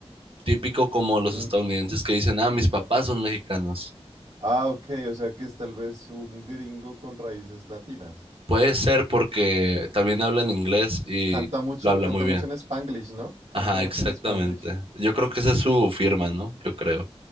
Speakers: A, on the right; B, on the right.
A: típico como los
B: Mm,
A: estadounidenses que dicen, ah, mis papás son mexicanos.
B: Ah, ok, o sea que es tal vez un gringo con raíces latinas.
A: Puede ser porque también hablan inglés y
B: Canta mucho,
A: lo habla
B: canta
A: muy bien.
B: mucho en Spanglish, ¿no? Canta
A: Ajá,
B: mucho
A: exactamente.
B: en Spanglish.
A: Yo creo que esa es su firma, ¿no? Yo creo.